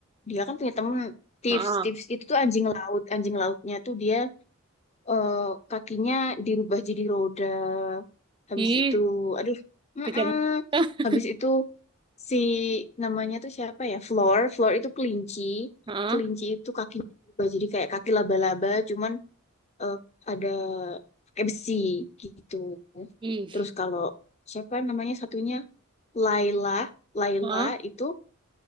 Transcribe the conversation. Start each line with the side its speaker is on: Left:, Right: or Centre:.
Left: dia kan punya temen tips
Right: Heeh.
Left: tips itu tuh anjing laut anjing lautnya tuh dia eh, kakinya dirubah jadi roda habis
Right: Ih,
Left: itu aduh heeh,
Right: kejam. <laughs>
Left: habis itu si namanya tuh siapa ya Floor Floor itu kelinci
Right: Heeh.
Left: kelinci itu kakinya dirubah jadi kayak kaki laba-laba cuman eh, ada pakai besi gitu.
Right: Ih.
Left: Terus kalau siapa namanya satunya Laila, Laila
Right: Heeh.
Left: itu